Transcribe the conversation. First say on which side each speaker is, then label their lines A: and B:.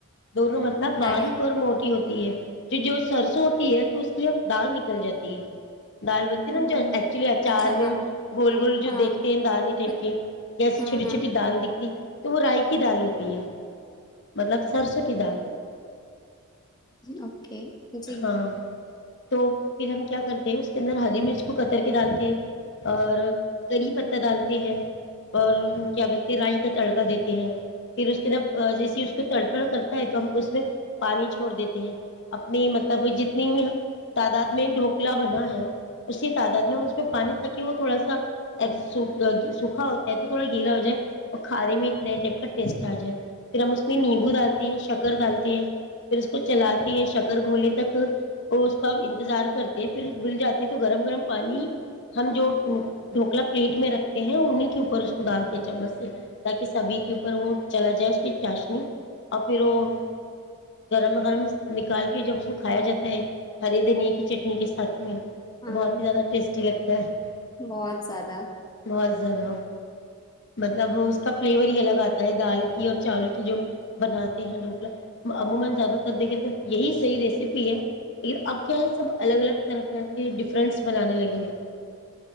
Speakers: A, on the left; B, on the left.
A: دونوں مطلب باریک
B: شاید
A: اور موٹی ہوتی تو جو سرسوں ہوتی ہے تو اس کی دال نکل جاتی ہے دال بولتی
B: ہ
A: ہے نا جو ایکچولی اچار
B: اچھا
A: میں
B: ہاں
A: ہم گول گول جو
B: ہاں
A: دیکھتے ہیں دارنی ٹائپ
B: ہاں
A: کے کیسے
B: ہاں
A: چھوٹی
B: ہاں
A: چھوٹی دال دکھ تو وہ رائی کی دال ہوتی ہے مطلب سرسوں کی دال
B: اوکے جی
A: ہاں تو پھر ہم کیا کرتے ہیں اس کے اندر ہری مرچ کو کتر کے ڈالتے ہیں اور کری پتہ ڈالتے ہیں اور کیا بولتے رائی کا تڑکا دیتے ہیں پھر اس کے اندر جیس اس کو تڑ تڑ کرتا ہے تو ہم اس میں پانی چھوڑ دیتے ہیں اپنی مطلب جتنی تعداد میں ڈھوکلا بنا ہے اسی تعداد میں اس پانی تاکہ وہ تھوڑا سا س سوکھا ہوتا ہے تو تھوڑا گیلا ہو جائے اور کھانے میں ایک نئے ٹائپ کا ٹیسٹ آ جائے پھر ہم اس میں نیمبو ڈالتے ہیں شکر ڈالتے ہیں پھر اس کو چلاتے ہیں شکر گھوولے تک وہ اس کا انتظار کرتے ہیں پھر گھل جاتے ہے تو گرم گرم پانی ہم جو ڈھوکلا پلیٹ میں رکھتے ہیں انہیں کے اوپر اس کو ڈالتے ہیں چمچ سے تاکہ سبھی کے اوپر وہ چلا جائے اس کے چاشنی اور پھر وہ گرم گرم نکال کے جب اس کو کھایا جاتا ہے ہریے دھنیا کی چٹنی کے ساتھ میں
B: ہاں
A: تو بہت ہی زیادہ ٹیسٹی لگتا ہے
B: بہت زیادہ
A: بہت زیادہ <unintelligible>